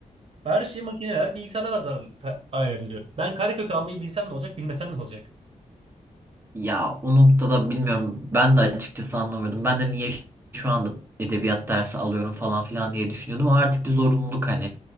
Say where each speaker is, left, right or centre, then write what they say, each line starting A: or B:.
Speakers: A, on the right; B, on the right.
A: Her şey makineler bilgisayarlar azar- ayrılıyor. Ben karekök almayı bilsem ne olacak bilmesem ne olacak?
B: Ya o noktada bilmiyorum. Ben de açıkçası anlamıyordum. Ben de niye şu anda edebiyat dersi alıyorum falan filan diye düşünüyordum. Ama artık bir zorunluluk hani.